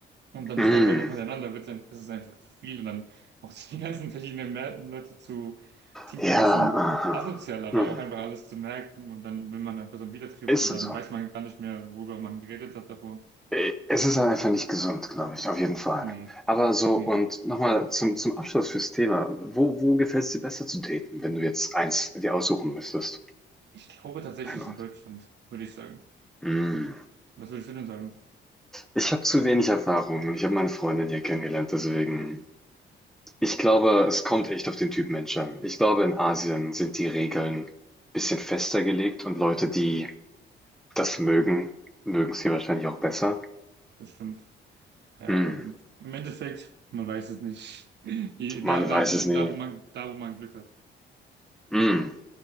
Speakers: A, on the right (about 60°); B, in the centre.
A: Und dann
B: mm. mm.
A: zwei, drei Wochen hintereinander wird's ein, ist es einfach zu viel. Und dann auch die ganzen verschiedenen Mer- Leute zu, klingt
B: Ja,
A: ein bisschen
B: aha,
A: asozial, aber
B: mhm.
A: auch einfach alles zu merken. Und dann, wenn man eine Person wieder trifft,
B: Ist
A: und
B: so.
A: dann weiß man gar nicht mehr, worüber man geredet hat davor.
B: Äh, es ist halt einfach nicht gesund, glaube ich, auf jeden Fall.
A: Nee,
B: Aber so
A: Gebiet.
B: und nochmal zum zum Abschluss fürs Thema. Wo wo gefällt's dir besser zu daten, wenn du jetzt eins dir aussuchen müsstest?
A: Ich glaube tatsächlich
B: Ein Ort.
A: in Deutschland, würde ich sagen.
B: Hm.
A: Was würdest du denn sagen?
B: Ich habe zu wenig Erfahrung und ich habe meine Freundin hier kennengelernt, deswegen Ich glaube, es kommt echt auf den Typ Mensch an. Ich glaube, in Asien sind die Regeln ein bisschen fester gelegt und Leute, die das mögen, mögen es hier wahrscheinlich auch besser.
A: Das stimmt. Ja,
B: Hm,
A: aber im Endeffekt, man weiß es nicht. <laughs> Je-
B: man
A: Da, da,
B: weiß
A: wo,
B: es nie.
A: da, wo man, da, wo man Glück hat.
B: Hm.